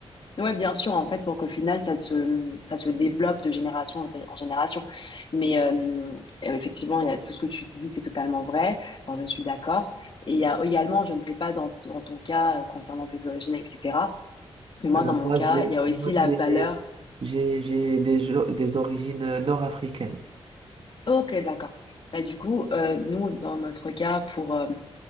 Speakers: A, on the left; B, on the right.
A: Ouais, bien sûr, en fait, pour qu'au final, ça se, ça se développe de génération en génération. Mais euh, euh, effectivement, il y a tout ce que tu dis, c'est totalement vrai. Enfin, je suis d'accord. Et il y a également, je ne sais pas dans, t- dans ton cas euh, concernant tes origines, etc. Mais moi,
B: Euh,
A: dans mon
B: moi,
A: cas,
B: j'ai
A: il y a aussi
B: moi,
A: la
B: j'ai-
A: valeur
B: j'ai- j'ai des, jo- des origines euh, nord-africaines.
A: Ok, d'accord. Bah, du coup, euh, nous, dans notre cas, pour, euh,